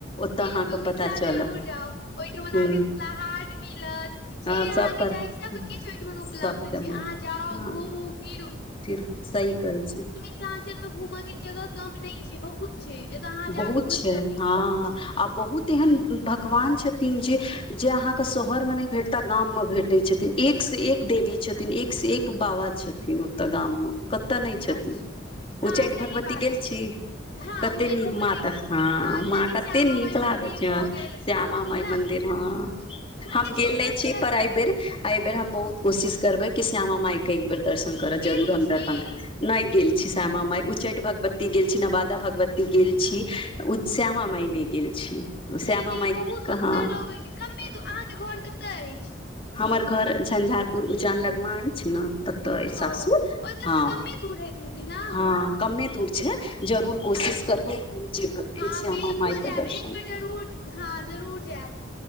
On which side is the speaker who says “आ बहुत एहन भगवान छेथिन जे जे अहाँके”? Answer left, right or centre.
Left